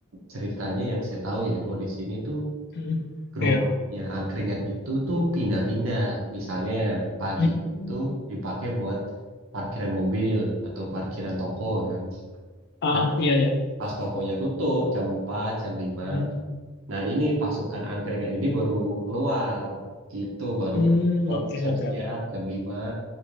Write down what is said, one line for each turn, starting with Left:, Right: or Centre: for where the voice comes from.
Right: ceritanya yang saya tahu ya, kalau di sini tuh
Left: Mm,
Right: gerobaknya
Left: Iya.
Right: angkringan itu tuh pindah-pindah. Misalnya pagi
Left: Mm.
Right: itu dipakai buat parkiran mobil atau parkiran toko kan.
Left: Ah,
Right: Nah,
Left: iya, iya.
Right: pas tokonya tutup jam 4 jam lima.
Left: Mm.
Right: Nah, ini pasukan angkringan ini baru keluar gitu, baru
Left: Mm, oke,
Right: siap-siap
Left: oke.
Right: jam 5.